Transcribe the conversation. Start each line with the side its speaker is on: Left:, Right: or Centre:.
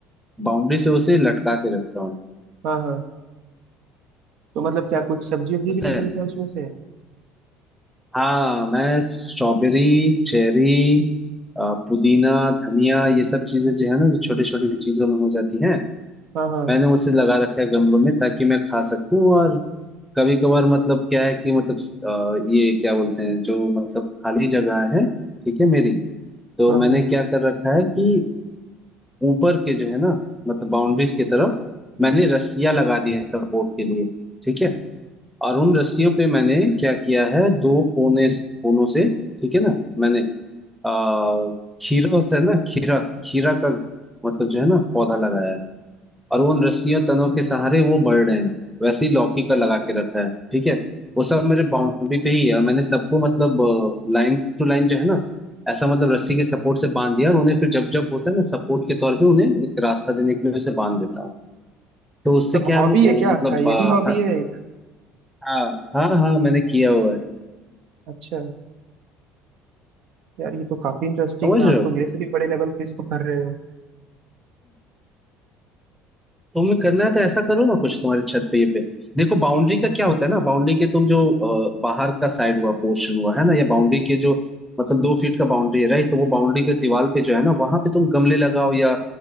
Centre: बाउंड्री से उसे लटका के रखता हूँ
Right: हाँ हाँ तो मतलब क्या कुछ सब्जी वब्जी
Centre: पता
Right: भी निकलता
Centre: है
Right: है उसमें से
Centre: हाँ मैं स्ट्रॉबेरी चेरी अ, पुदीना धनिया ये सब चीजें जो है ना जो छोटी छोटी चीजों में हो जाती हैं
Right: हाँ हाँ
Centre: मैंने उसे लगा रखा है गमलों में ताकि मैं खा सकूं और कभी कभार मतलब क्या है कि मतलब अ, ये क्या बोलते हैं जो मतलब खाली जगह है ठीक है मेरी तो
Right: हाँ
Centre: मैंने
Right: हाँ
Centre: क्या कर रखा है कि ऊपर के जो है ना मतलब बाउंड्रीज की तरफ मैंने रस्सियां लगा दी है सपोर्ट के लिए ठीक है और उन रस्सियों पे मैंने क्या किया है दो कोने कोनों से ठीक है ना मैंने आ खीरा होता है ना खीरा खीरा का मतलब जो है ना पौधा लगाया है और वो उन रस्सियों तनों के सहारे वो बढ़ रहे हैं वैसे ही लौकी का लगा के रखा है ठीक है वो सब मेरे बाउंड्री पे ही है और मैंने सबको मतलब लाइन टू लाइन जो है ना ऐसा मतलब रस्सी के सपोर्ट से बांध दिया और उन्हें फिर जब जब होता है ना सपोर्ट के तौर पे उन्हें एक रास्ता देने के लिए उसे बांध देता हूँ तो उससे
Right: मतलब
Centre: क्या
Right: हॉबी
Centre: है, वो ओ,
Right: है क्या आपका
Centre: मतलब
Right: ये
Centre: आ,
Right: भी हॉबी है एक
Centre: हाँ हाँ हाँ मैंने किया हुआ है
Right: अच्छा यार ये तो काफी इंटरेस्टिंग
Centre: समझ
Right: है आप
Centre: रहे हो
Right: तो मेरे से भी बड़े लेवल पे इसको कर रहे हो
Centre: तुम्हें करना है तो ऐसा करो ना कुछ तुम्हारे छत पे ये पे देखो बाउंड्री का क्या होता है ना बाउंड्री के तुम जो अ, बाहर का साइड हुआ पोर्शन हुआ है ना या बाउंड्री के जो मतलब दो फीट का बाउंड्री है राइट तो वो बाउंड्री के दीवार पे जो है ना वहां पे तुम गमले लगाओ या